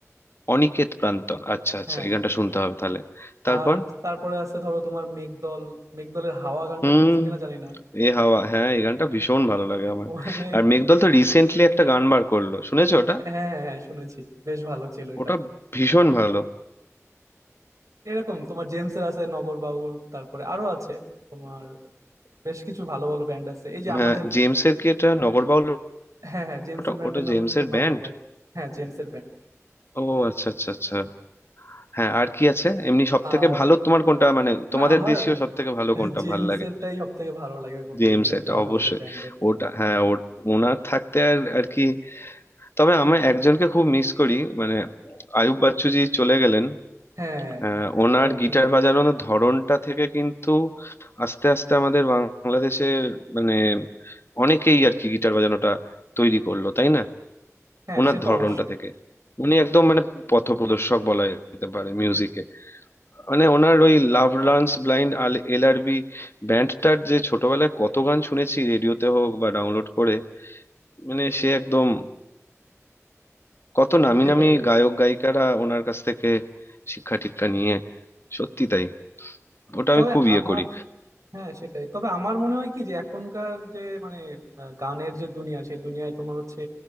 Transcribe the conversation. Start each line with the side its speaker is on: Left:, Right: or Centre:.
Left: অনিকেত প্রান্তন আচ্ছা আচ্ছা
Right: হ্যাঁ
Left: এই গানটা শুনতে হবে তাহলে তারপর
Right: আর তারপরে আছে ধরো তোমার মেঘদল মেঘদলের হাওয়া গানটা
Left: হুম
Right: শুনছো কিনা জানি না
Left: এ হাওয়া হ্যাঁ এই গানটা ভীষণ ভালো লাগে আমার
Right: মানে
Left: আর মেঘদল তো রিসেন্টলি একটা গান বার করলো শুনেছো ওটা
Right: হ্যাঁ হ্যাঁ হ্যাঁ শুনেছি বেশ ভালো ছিল এটাও
Left: ওটা ভীষণ ভালো
Right: এরকম তোমার জেমসের আছে নগর বাউল তারপরে আরো আছে তোমার বেশ কিছু ভালো ভালো ব্যান্ড আছে এই যে
Left: হ্যাঁ
Right: আমাদের
Left: জেমসের কি এটা নগরবাউল
Right: হ্যাঁ হ্যাঁ জেমসের
Left: ওটা
Right: ব্যান্ডের
Left: ওটা
Right: নাম
Left: জেমসের
Right: হচ্ছে নগর
Left: ব্যান্ড
Right: বাউল হ্যাঁ জেমসের ব্যান্ড
Left: ও আচ্ছা আচ্ছা আচ্ছা হ্যাঁ আর কি আছে এমনি সব
Right: আর
Left: থেকে ভালো তোমার কোনটা মানে তোমাদের
Right: না আমার
Left: দেশীয় সব থেকে ভালো কোনটা
Right: জেমসেরটাই
Left: ভাল লাগে
Right: সব থেকে ভালো লাগে বলতে
Left: জেমস
Right: গেলে সত্যি
Left: এটা
Right: কথা
Left: অবশ্যই
Right: বলতে ব্যান্ডের
Left: ওটা হ্যাঁ ওর- ওনার থাকতে আর আর কি তবে আমি একজনকে খুব মিস করি মানে আয়ুব বাচ্চু জি চলে গেলেন
Right: হ্যাঁ
Left: আহ, ওনার
Right: এটা
Left: গিটার
Right: ঠিক বলেছো
Left: বাজানোর ধরনটা থেকে কিন্তু আস্তে আস্তে আমাদের বাংলাদেশের মানে অনেকেই আর কি গিটার বাজানোটা তৈরি করলো তাই না
Right: হ্যাঁ
Left: ওনার
Right: সে তো
Left: ধরনটা
Right: অবশ্যই
Left: থেকে উনি একদম মানে পথপ্রদর্শক বলা যেতে পারে মিউজিকে মানে ওনার ওই লাভ লার্নস ব্লাইন্ড আল এল আর বি ব্যান্ডটার যে ছোটবেলায় কত গান শুনেছি রেডিওতে হোক বা ডাউনলোড করে মানে সে একদম কত নামি
Right: সেটাই
Left: নামি গায়ক গায়িকারা ওনার কাছ থেকে শিক্ষা টিক্ষা নিয়ে সত্যি তাই ওটা
Right: তবে
Left: আমি খুব ইয়ে
Right: আমার
Left: করি
Right: হ্যাঁ সেটাই তবে আমার মনে হয় কি যে এখনকার যে মানে আহ, গানের যে দুনিয়া সেই দুনিয়ায় তোমার হচ্ছে